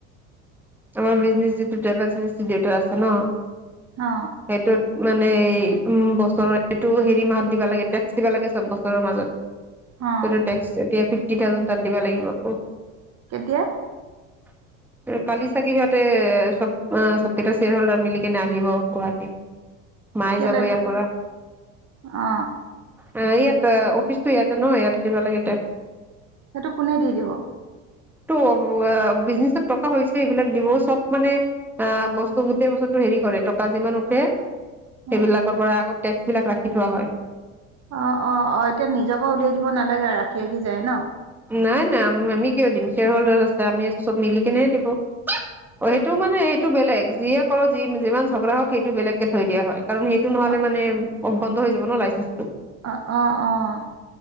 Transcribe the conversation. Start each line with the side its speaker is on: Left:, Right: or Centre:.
Centre: আমাৰ বিজনেছ যিটো ট্ৰেভেলছ এজেঞ্চি দেউতাৰ আছে ন
Right: অ
Centre: সেইটোত মানে উম বছৰ এইটো হেৰি মাহত দিবা লাগে টেক্স দিবা লাগে চব বছৰৰ মাজত।
Right: অ
Centre: এইটো টেক্স এতিয়া ফিফটিথাউজেণ্ড তাত দিবা লাগিব আকৌ
Right: কেতিয়া
Centre: <unintelligible> কালি ছাগে সিহঁতে চব চবকেইটা শ্বেয়ৰ হল্ডাৰ মিলি কেনে আহিব গুৱাহাটীত। মায়ে
Right: কেলে
Centre: যাব ইয়াৰ পৰা।
Right: অ
Centre: অ এইয়াত অফিচতো ইয়াতে ন ইয়াতে দিব লাগে টে
Right: সেইটো কোনে দি দিব?
Centre: টো বিজনেচত হৈছে সেইবিলাক দিব, চব মানে অ বস্তু গোটেই বছৰটো হেৰি কৰে টকা যিমান উঠে সেইবিলাকৰ
Right: অ
Centre: পৰা আগত টেক্স বিলাক ৰাখি থোৱা হয়।
Right: অ অ অ এতিয়া নিজৰ পৰা উলিয়াই দিব নালাগে ৰাখি ৰাখি যায় ন?
Centre: নাই নাই আমি কিয় দিম শ্বেয়াৰ হল্ডাৰ আছে আমি আছো চব মিলি কেনেহে দিব, অ সেইটো মানে সেইটো বেলেগ যিয়ে কৰ যি যিমান ঝগৰা হওক সেইটো বেলেগকে থৈ দিয়া হয় কাৰণ সেইটো নহ'লে
Right: অ
Centre: মানে অ বন্ধ হৈ যাব ন লাইচেঞ্চটো।
Right: অহ অহ অহ